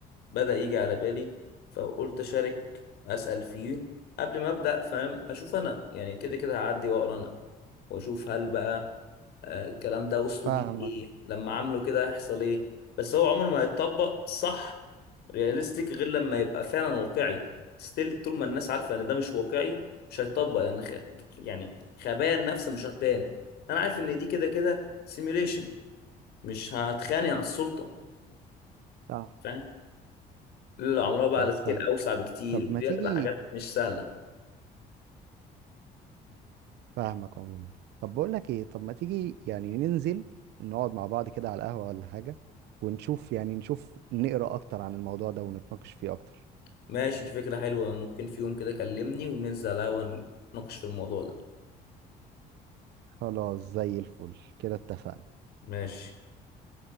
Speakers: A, on the left (about 70°); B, on the right (about 80°).
A: بدأ يجي على بالي فقلت أشارك أسأل فيه قبل ما أبدأ فاهم أشوف أنا يعني كده كده هعدي وأقرأ أنا وأشوف هل بقى آه، الكلام ده وصلوا
B: فاهمك
A: بيه ايه لما عملوا كده هيحصل ايه بس هو عمره ما هيتطبق صح رياليستيك غير لما يبقى فعلا واقعي ستيل طول ما الناس عارفه ان ده مش واقعي مش هيتطبق لان خ... يعني خبايا النفس مش هتبان انا عارف ان دي كده كده سيميوليشن مش هتخانق على السلطه
B: صح
A: فاهم لا عمرها بقى
B: صح
A: على سكيل
B: فاهمك
A: اوسع بكتير
B: طب
A: ودي
B: ما تيجي
A: هتبقى حاجات مش سهله
B: فاهمك عموما طب بقول لك ايه طب ما تيجي يعني ننزل نقعد مع بعض كده على القهوة ولا حاجة ونشوف يعني نشوف نقرأ اكتر عن الموضوع ده ونتناقش فيه اكتر
A: ماشي دي فكره حلوه ممكن في يوم كده كلمني وننزل على القهوه نتناقش في الموضوع ده
B: خلاص زي الفل كده اتفقنا
A: ماشي